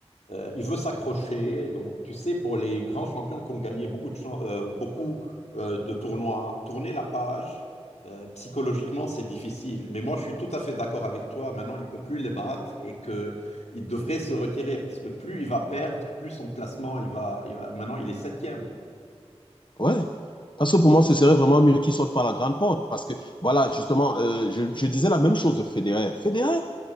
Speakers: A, on the left; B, on the left.
A: Euh, il veut s'accrocher. Donc, tu sais, pour les grands champions qui ont gagné beaucoup de, champ- euh, beaucoup, euh, de tournois, tourner la page, euh, psychologiquement, c'est difficile. Mais moi, je suis tout à fait d'accord avec toi. Maintenant, il peut plus les battre et que il devrait se retirer parce que plus il va perdre, plus son classement, il va, il va... Maintenant, il est septième.
B: Ouais. Parce que pour moi, ce serait vraiment mieux qu'il sorte par la grande porte. Parce que, voilà, justement, euh, je, je disais la même chose de Federer. Federer,